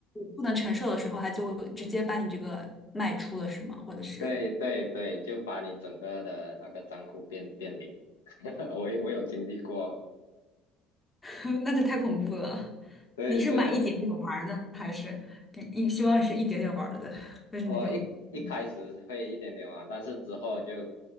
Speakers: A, on the left; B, on the left.
A: 不能承受的时候，它就直接把你这个卖出了，是吗？或者是，
B: 对对对，就把你整个的那个账户变变零。<laughs> 我有我有经历过，
A: <laughs> 那就太恐怖了。
B: 对对
A: 你是买一点点玩儿的，还是你你希望是一点点玩儿的，就是那种，
B: 我一一开始会一点点玩，
A: 嗯，
B: 但是之后就，